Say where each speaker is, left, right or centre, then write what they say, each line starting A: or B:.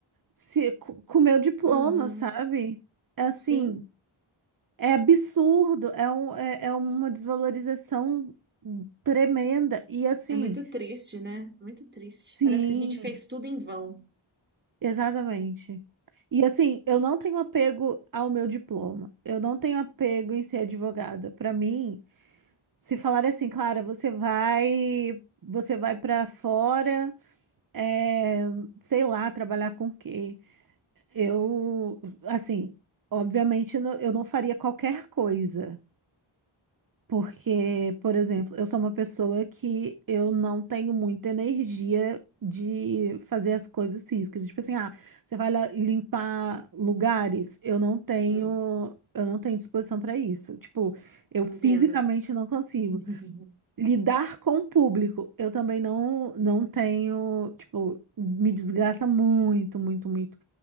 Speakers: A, on the right; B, on the right.
A: se co- com meu diploma,
B: Uhum.
A: sabe? Assim,
B: Sim.
A: é absurdo, é um, é, é uma desvalorização tremenda e assim,
B: É muito triste, né? Muito triste.
A: sim.
B: Parece que a gente fez tudo em vão.
A: Exatamente. E assim, eu não tenho apego ao meu diploma. Eu não tenho apego em ser advogada. Para mim, se falar assim, Clara, você vai, você vai para fora, é, sei lá, trabalhar com o quê? Eu, assim, obviamente, não- eu não faria qualquer coisa. Porque, por exemplo, eu sou uma pessoa que eu não tenho muita energia de fazer as coisas físicas. Tipo assim, ah, você vai lá limpar lugares, eu não tenho,
B: Hum,
A: eu não tenho disposição para isso. Tipo, eu
B: entendo.
A: fisicamente não consigo.
B: <laughs>
A: Lidar com o público, eu também não, não tenho, tipo, me desgraça muito, muito, muito.